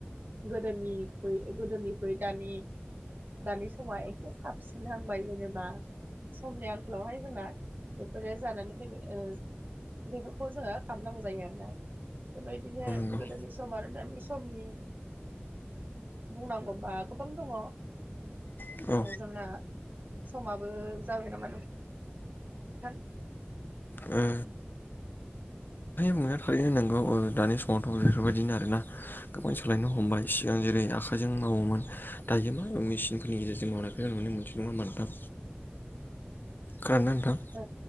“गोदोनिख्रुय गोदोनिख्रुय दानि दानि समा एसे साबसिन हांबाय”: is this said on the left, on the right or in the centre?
Right